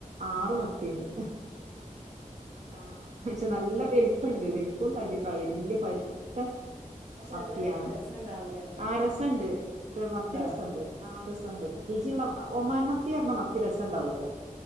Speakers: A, on the right; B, on the right.
A: ആറ് മത്തിണ്ട് ആഹ് പക്ഷെ നല്ല വലുപ്പണ്ട് വലുപ്പും തടിക്ക വല്യ പരുത്ത
B: പക്ഷെ
A: മത്തിയാണ്
B: അത് രസണ്ടാവൂല കഴിക്കാൻ
A: ആഹ് രസണ്ട് മത്തി
B: ണ്ടോ
A: രസണ്ട് ആ രസണ്ട് രുചിയുള്ള ഒമാൻമത്തി പറഞ്ഞ മത്തി രസംണ്ടാവൂത്രെ